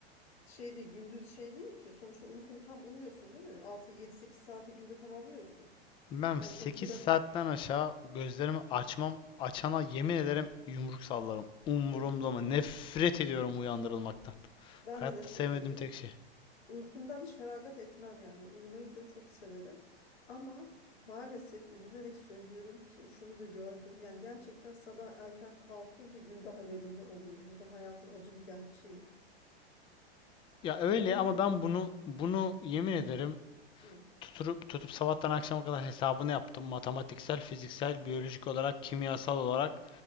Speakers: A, on the left; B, on the left.
A: şey değil gündüz şey değil ki sonuçta uykunu tam uyuyorsun değil mi? Altı yedi sekiz saati günde tamamlıyorsun.
B: ben
A: Yani
B: 8
A: uykudan
B: saatten aşağı gözlerimi açmam açana yemin ederim yumruk sallarım. Umurumda
A: evet
B: mı? Nefret ediyorum uyandırılmaktan.
A: ben
B: Hayatta
A: de nefret
B: sevmediğim
A: ederim.
B: tek şey.
A: Uykumdan hiç feragat etmem yani. Uyumayı da çok severim. Ama maalesef üzülerek söylüyorum ki şunu da gördüm. Yani gerçekten sabah erken kalkınca gün daha verimli oluyor. Bu da hayatın acı bir gerçeği.
B: Ya öyle
A: Olmuyor
B: ama ben
A: mu?
B: bunu bunu yemin ederim
A: Hı,
B: tutup tutup sabahtan akşama kadar hesabını yaptım. Matematiksel, fiziksel, biyolojik olarak, kimyasal olarak